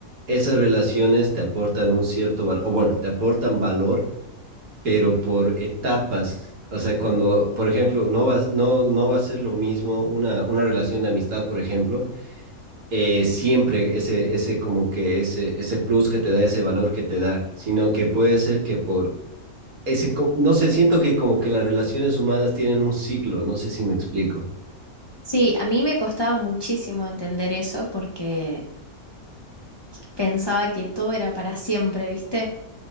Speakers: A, on the right; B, on the left.
A: esas relaciones te aportan un cierto valor, o bueno, te aportan valor pero por etapas. O sea, cuando, por ejemplo, no va, no, no va a ser lo mismo una, una relación de amistad, por ejemplo, eh, siempre ese, ese como que ese, ese plus que te da, ese valor que te da, sino que puede ser que por ese, co- no sé, siento que como que las relaciones humanas tienen un ciclo, no sé si me explico.
B: Sí, a mí me costaba muchísimo entender eso porque pensaba que todo era para siempre, ¿viste?